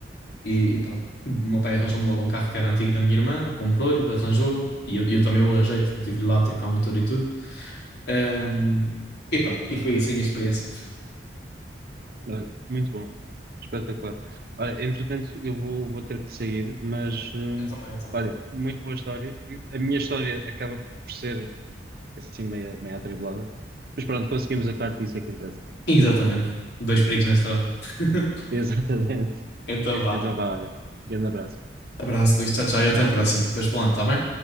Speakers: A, on the left; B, on the right.
A: E, e pronto. O meu pai arranjou-me logo um carro que era antigo da minha irmã, comprou-lhe, arranjou, e eu, eu também o arranjei, tive-lhe lá a trocar o motor e tudo. Ahm, e pronto, e foi assim a experiência.
B: Olha, muito bom, espetacular. Olha, entretanto, eu vou, vou ter que sair, mas
A: Yeah.
B: hum,
A: Eu também, eu também.
B: olha, muito boa história. E A minha história acaba por ser assim meia, meia atribulada, mas pronto, conseguimos a carta e isso é que interessa.
A: Exatamente. Dois perigos na estrada. <laughs>
B: <laughs> Exatamente.
A: Então vá.
B: Então vá, olha. Grande abraço.
A: Abraço, Luís. Tchau, tchau e até a próxima. Depois falando,
B: Tchau, tchau.
A: tá bem?